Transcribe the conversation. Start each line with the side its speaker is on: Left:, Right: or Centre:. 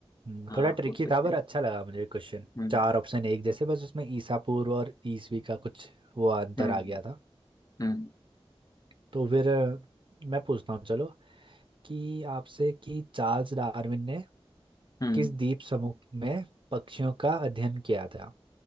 Right: हम्म,
Left: हाँ
Right: थोड़ा ट्रिकी
Left: पूछ सकते
Right: था पर
Left: हैं
Right: अच्छा लगा मुझे क्वेश्चन
Left: हम्म
Right: चार ऑप्शन एक जैसे बस उसमें ईसा पूर्व और ईसवी का कुछ वो अंतर
Left: हम्म
Right: आ गया था
Left: हम्म
Right: तो फिर अ, मैं पूछता हूँ चलो कि आपसे कि चार्ल्स डार्विन ने
Left: हम्म
Right: किस द्वीप समूह में पक्षियों का अध्ययन किया था